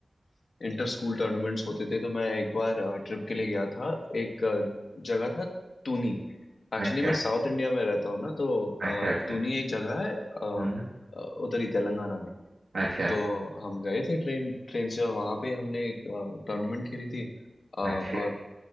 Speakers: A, on the left (about 85°); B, on the right (about 80°).
A: इंटर स्कूल टूर्नामेंट्स होते थे तो मैं एक बार ट्रिप के लिए गया था एक अ, जगह था टूनी एक्चुअली
B: अच्छा
A: मैं साउथ इंडिया में रहता हूँ ना तो
B: अच्छा अच्छा
A: अ, टूनी एक जगह है अ,
B: हम्म
A: अ, उधर ही तेलंगाना में
B: अच्छा
A: तो हम गए थे ट्रेन ट्रेन से और वहाँ पे हमने एक टूर्नामेंट खेली थी अ, और
B: अच्छा